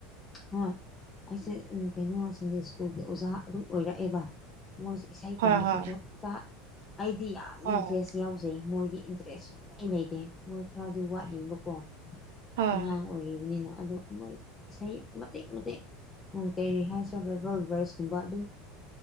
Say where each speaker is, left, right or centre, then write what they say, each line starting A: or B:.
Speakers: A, on the left; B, on the right.
A: ꯍꯣꯏ ꯑꯩꯁꯦ ꯀꯩꯅꯣ ꯁꯟꯗꯦ ꯁ꯭ꯀꯨꯜꯒꯤ ꯑꯣꯖꯥ ꯑꯗꯨꯝ ꯑꯣꯏꯔꯛꯑꯦꯕ ꯃꯣꯏꯁꯦ ꯏꯁꯩ
B: ꯍꯣꯏ
A: ꯇꯝꯕꯁꯦꯀꯣ
B: ꯍꯣꯏ
A: ꯏꯆꯥ ꯑꯩꯗꯤ ꯌꯥꯝ
B: ꯍꯣꯏ
A: ꯏꯟꯇꯔꯦꯁ ꯌꯥꯎꯖꯩ ꯃꯣꯏꯗꯤ ꯏꯟꯇꯔꯦꯁ ꯁꯨꯡꯂꯩ ꯂꯩꯔꯦ ꯃꯣꯏ ꯈꯔꯗꯤ ꯋꯥꯠꯂꯤꯕꯀꯣ
B: ꯍꯣꯏ
A: ꯑꯉꯥꯡ ꯑꯣꯏꯔꯤꯕꯅꯤꯅ ꯑꯗꯣꯣꯏ ꯏꯁꯩ ꯃꯦ ꯃꯗꯦ ꯎ ꯀꯩꯔꯤ ꯍꯥꯏꯁꯤ꯭ꯔꯕ ꯕꯜꯕꯔꯁꯀꯨꯝꯕ ꯑꯗꯨꯝ